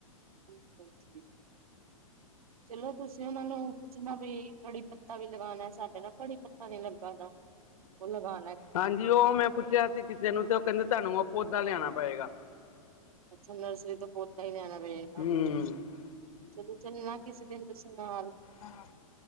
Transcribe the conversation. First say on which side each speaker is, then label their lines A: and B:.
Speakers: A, on the right; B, on the left.
A: ਹਾਂਜੀ। ਚਲੋ ਤੁਸੀਂ ਉਹਨਾਂ ਨੂੰ ਪੁੱਛਣਾ ਵੀ, ਕੜੀ ਪੱਤਾ ਵੀ ਲਗਾਉਣਾ, ਸਾਡੇ ਨਾਲ ਕੜੀ ਪੱਤਾ ਨੀ ਲੱਗਾ ਦਾ। ਹੁਣ ਲਗਾਨਾ।
B: ਹਾਂਜੀ, ਉਹ ਮੈਂ ਪੁੱਛਿਆ ਸੀ ਕਿਸੇ ਨੂੰ ਤੇ ਉਹ ਕਹਿੰਦੇ ਤੁਹਾਨੂੰ ਉਹ ਪੌਦਾ ਲਿਆਣਾ ਪਏਗਾ।
A: ਅੱਛਾ, ਨਰਸਰੀ ਤੋਂ ਪੌਦਾ ਹੀ ਲੈਣਾ ਪੇਗਾ।
B: ਹੂ
A: ਚਲੋ, ਚੱਲਣਾ ਕਿਸੇ ਦਿਨ ਤੁਸੀਂ ਨਾਲ।
B: ਹਾਂ।